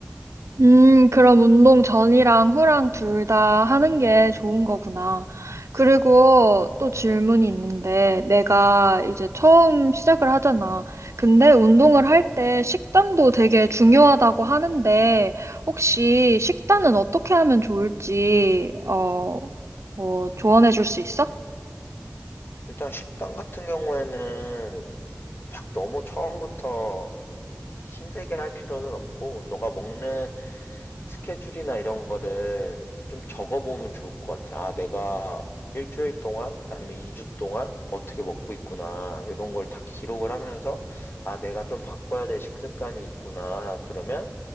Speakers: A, on the right; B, on the left.
A: 음, 그럼 운동 전이랑 후랑 둘 다 하는 게 좋은 거구나. 그리고 또 질문이 있는데, 내가 이제 처음 시작을 하잖아. 근데 운동을 할 때 식단도 되게 중요하다고 하는데, 혹시 식단은 어떻게 하면 좋을지, 어, 뭐, 조언해 줄 수 있어?
B: 일단 식당 같은 경우에는 막 너무 처음부터 힘들게 할 필요는 없고, 너가 먹는 스케줄이나 이런 거를 좀 적어보면 좋을 것 같아. 아, 내가 일주일 동안 아니면 2주 동안 어떻게 먹고 있구나. 이런 걸 다 기록을 하면서 아, 내가 좀 바꿔야 될 식습관이 있구나. 그러면